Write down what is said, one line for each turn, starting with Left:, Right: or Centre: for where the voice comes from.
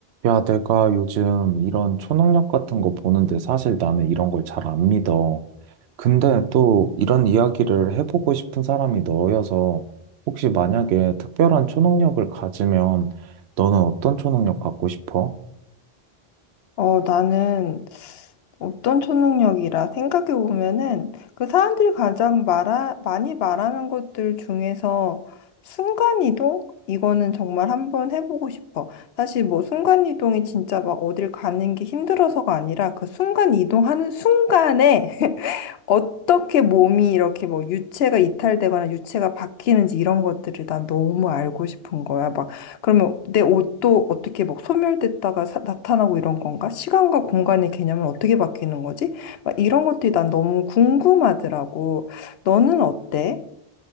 Right: 야, 내가 요즘 이런 초능력 같은 거 보는데 사실 나는 이런 걸 잘 안 믿어. 근데 또 이런 이야기를 해보고 싶은 사람이 너여서 혹시 만약에 특별한 초능력을 가지면 너는 어떤 초능력 갖고 싶어?
Left: 어, 나는 어떤 초능력이라 생각해 보면은 그 사람들이 가장 말하, 많이 말하는 것들 중에서 순간이동? 이거는 정말 한번 해보고 싶어. 사실 뭐 순간이동이 진짜 막 어딜 가는 게 힘들어서가 아니라 그 순간이동하는 순간에 <laughs> 어떻게 몸이 이렇게 뭐 유체가 이탈되거나 유체가 바뀌는지 이런 것들을 난 너무 알고 싶은 거야. 막 그러면 내 옷도 어떻게 막 소멸됐다가 사- 나타나고 이런 건가? 시간과 공간의 개념은 어떻게 바뀌는 거지? 막 이런 것들이 난 너무 궁금하더라고. 너는 어때?